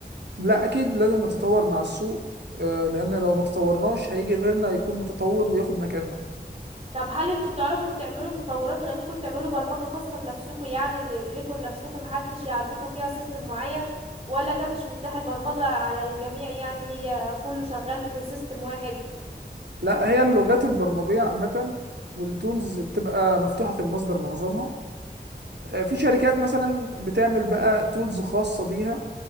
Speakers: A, on the right; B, on the right.
A: لا اكيد لازم نتطور مع السوق آه، لان لو ما تطورناش هيجي غيرنا يكون متطور وياخد مكاننا
B: طب هل انتوا بتعرفوا تعملوا تطورات لان ممكن تعملوا برمجة خاصة بنفسكم يعني ليكم لنفسكم محدش يعدكوا فيها سيستم معين ولا ده مش متاح البرمجة على الجميع يعني هي كله شغال في سيستم واحد
A: لا هي اللغات البرمجيه عامه والتولز بتبقى مفتوحه المصدر معظمها آه، في شركات مثلا بتعمل بقى تولز خاصه بيها